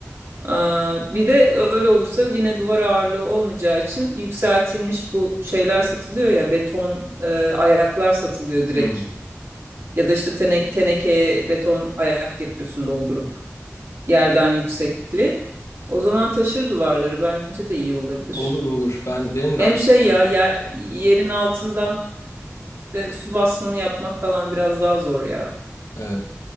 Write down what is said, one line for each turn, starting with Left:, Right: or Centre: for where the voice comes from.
Right: Aa, bir de öyle olursa yine duvar ağırlığı olmayacağı için yükseltilmiş bu şeyler satılıyor ya beton e, ayaklar satılıyor direkt.
Left: Hı. hı.
Right: Ya da işte tene, tenekeye beton ayak yapıyorsun doldurup yerden yüksekli. O zaman taşır duvarları bence de iyi olabilir.
Left: Olur olur. Ben benim
Right: Hem
Left: de aklımda.
Right: şey ya yer, yerin altından de su basmanı yapmak falan biraz daha zor ya.
Left: Evet.